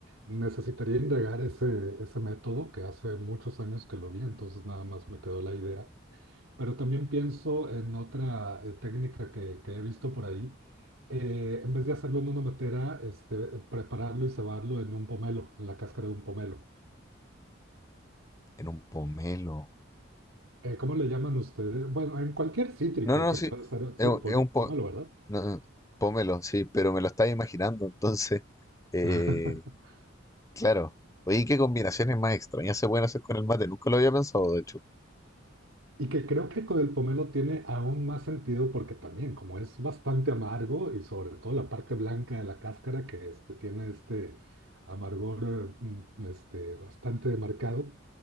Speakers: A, on the right; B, on the left.
A: Necesitaría indagar ese, ese método que hace muchos años que lo vi, entonces nada más me quedó la idea. Pero también pienso en otra eh, técnica que, que he visto por ahí. Eh, en vez de hacerlo en una matera, este, prepararlo y cebarlo en un pomelo, en la cáscara de un pomelo.
B: En un pomelo.
A: eh, ¿cómo le llaman ustedes? Bueno, en cualquier cítrico
B: No, no,
A: que
B: sí,
A: pueda ser,
B: es,
A: sí,
B: un
A: pom-
B: es un po-
A: pomelo, ¿verdad?
B: no, no, pomelo, sí, pero me lo estaba imaginando, entonces, eh,
A: <laughs>
B: claro. Oye, ¿qué combinaciones más extrañas se pueden hacer con el mate? Nunca lo había pensado, de hecho.
A: Y que creo que con el pomelo tiene aún más sentido porque también, como es bastante amargo y sobre todo la parte blanca de la cáscara que este, tiene este amargor eh, mm, este, bastante marcado,